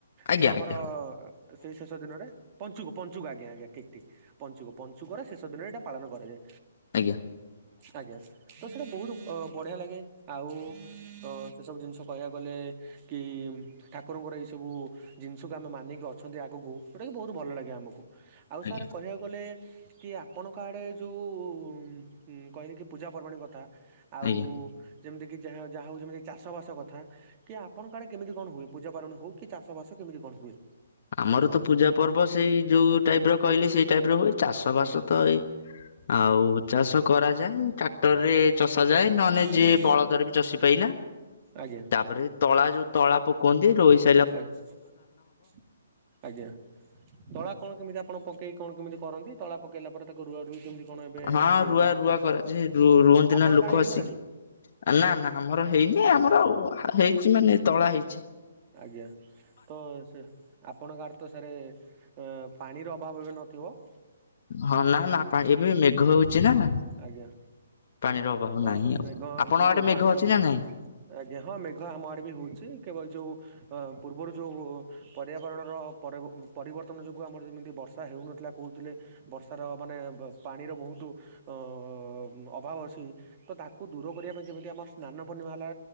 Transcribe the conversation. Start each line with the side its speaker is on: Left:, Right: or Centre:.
Left: ଆଜ୍ଞା
Right: ଯୋଉ ଆମର
Left: ଆଜ୍ଞା ହଁ
Right: ସେଇ ଶେଷ ଦିନରେ ପଞ୍ଚୁକ ଆଜ୍ଞ-ଆଜ୍ଞା ଠିକ୍ ଠିକ୍ ପଞ୍ଚୁକ ପଞ୍ଚୁକରେ ଶେଷ ଦିନ ଏଇଟା ପାଳନ କରାଯାଏ।
Left: ଆଜ୍ଞା।
Right: ଆଜ୍ଞା ତ ସେଟା ବହୁତୁ ଅ ବଢିଆ ଲାଗେ। ଆଉ, ସେ ସବୁ ଜିନିଷ କହିବାକୁ ଗଲେ କି ଠାକୁରଙ୍କର ଏଇ ସବୁ ଜିନିଷକୁ ଆମେ ମାନିକି ଅଛନ୍ତି, ଆଗକୁ ଯଉଟାକି ବହୁତୁ ଭଲ ଲାଗେ ଆମକୁ। ଆଉ
Left: ଆଜ୍ଞା
Right: ସାରେ କହିବାକୁ ଗଲେ କି ଆପଣଙ୍କ ଆଡ଼େ ଯୋଉ କହିଲେ କି ପୂଜା ପର୍ବାଣୀ କଥା ଆଉ
Left: ଆଜ୍ଞା
Right: ଯେମିତି କି ଯାହା-ଯାହା ହଉଚି ମାନେ ଚାଷ ବାସ କଥା କି ଆପଣ ଆଡେ କେମିତି କଣ ହୁଏ, ପୂଜା ପାର୍ବଣ ହଉ କି ଚାଷ ବାସ କେମିତି କଣ ହୁଏ?
Left: ଆମର ତ ପୂଜା ପର୍ବ ସେଇ ଯୋଉ ଟାଇପ୍ ର କହିଲି ସେଇ ଟାଇପ୍ ର ହୁଏ ଚାଷ ବାସ
Right: ଆଜ୍ଞା
Left: ତ ଏଇ ଆଉ ଚାଷ କରାଯାଏ, ଟ୍ରାକ୍ଟର ରେ ଚଷା ଯାଏ, ନହଲେ
Right: ଆଜ୍ଞା
Left: ଯିଏ ବଳଦରେ ବି ଚଷି ପାଇଲା।
Right: ଆଜ୍ଞା।
Left: ତାପରେ, ତଳା ଯଉ ତଳା ପକୁଅନ୍ତି ରୋଇଶ୍
Right: ଆଚ୍ଛା ଆଜ୍ଞା, ତଳା କଣ କେମିତି ଆପଣ ପକେଇକି କଣ କେମିତି କରନ୍ତି, ତଳା ପକେଇଲା ପରେ ତାକୁ ରୁଆ ରୁଇ କେମିତି କଣ ଏବେ
Left: ହଁ
Right: ହେଇ,
Left: ରୁଆ ରୁଆ କରାଯାଏ
Right: ଆଜ୍ଞା
Left: ରୁଅନ୍ତି
Right: ଆପଣଙ୍କ
Left: ନା ଲୋକ
Right: ଆଡ଼େ ହେଇଗଲାଣି?
Left: ଆସି ନା ନା ଆମର ହେଇନି ଆମର
Right: ଓହୋ
Left: ହେଇଛି ମାନେ ତଳା ହେଇଛି।
Right: ଆଜ୍ଞା, ତ ସେ ଆପଣଙ୍କଆଡ଼େ ତ ସାରେ ଅ ପାଣିର ଅଭାବ ଏବେ ନଥିବ?
Left: ହଁ ନା ନା ପାଣି ଏବେ ମେଘ ହଉଛି ନା।
Right: ଆଜ୍ଞା,
Left: ପାଣିର ଅଭାବ
Right: ତ
Left: ନାହିଁ ଆଉ।
Right: ମେଘ
Left: ଆପଣଙ୍କ
Right: ଯଉଠୁ
Left: ଆଡେ ମେଘ
Right: ପାଣିରେ
Left: ଅଛି
Right: ଆପଣ
Left: ନା ନାଇଁ?
Right: ଆଜ୍ଞା, ହଁ ମେଘ ଆମ ଆଡେ ବି ହଉଛି କେବଳ ଯଉ ପୂର୍ବରୁ ଯୋଉ ପର୍ୟାବରଣର ପରି ପରିବର୍ତ୍ତନ ଯୋଗୁଁ ଆମର ଯେମିତି ବର୍ଷା ହେଉନଥିଲା କହୁଥିଲେ ବର୍ଷାର ମାନେ ପାଣିର ବହୁତ ଅ ଅଭାବ ଅଛି ତ ତାକୁ ଦୂର କରିବା ପାଇଁ ଯେମିତି ଆମର ସ୍ନାନ ପୂର୍ଣ୍ଣିମା ହେଲା